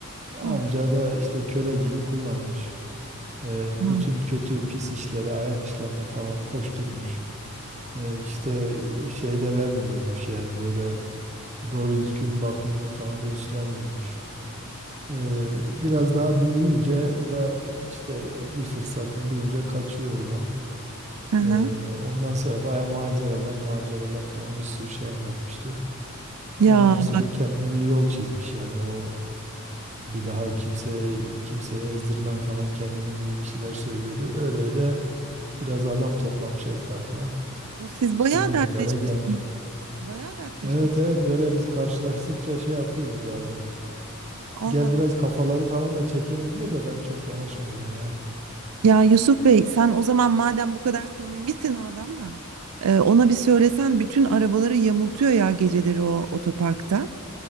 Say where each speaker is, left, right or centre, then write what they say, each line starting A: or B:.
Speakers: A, on the right; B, on the right.
A: Amca
B: ah.
A: da işte köle gibi kullanmış. E,
B: Hı
A: bütün
B: hı.
A: kötü pis işlere, ayak işlerine falan koşturmuş. E, işte şey de vermiyormuş yani böyle doğru düzgün bakımını falan da üstlenmiyormuş. Ee, biraz daha büyüyünce bu da işte bir fırsatını bulunca kaçıyor oradan.
B: Hı hı.
A: Ee, ondan sonra baya maceralar maceralar falan bir sürü şey anlatmıştı.
B: Ya
A: Ondan sonra
B: bak
A: kendine bir yol çizmiş yani o bir daha kimseye kimseye ezdirmem falan kendimi gibi bir şeyler söylüyordu. Öyle öyle biraz adam toplamış etrafına.
B: o siz
A: İşte
B: bayağı
A: bugünlere
B: dertleşmişsiniz.
A: gelmiş.
B: Bayağı dertleşmişsiniz.
A: Evet evet böyle biz karşılaştıkça şey yapıyoruz bazen.
B: Allah
A: Gel
B: Allah.
A: biraz kafaları falan da çekelim diyor da ben çok yanaşmıyorum ya.
B: Ya Yusuf Bey sen o zaman madem bu kadar samimisin o adamla e, ona bir söylesen bütün arabaları yamultuyor ya geceleri o otoparkta.